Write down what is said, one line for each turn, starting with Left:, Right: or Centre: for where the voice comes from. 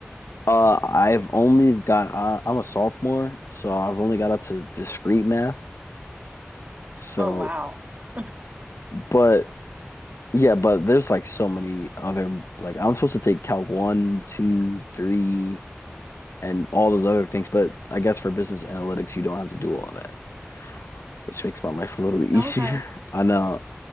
Left: Uh, I've only got uh, I'm a sophomore, so I've only got up to discrete math. So,
Right: Oh, wow. <laughs>
Left: but yeah, but there's like so many other like I'm supposed to take Calc one, two, three, and all those other things. But I guess for business analytics, you don't have to do all that, which makes my life a little easier.
Right: Okay.
Left: <laughs> I know.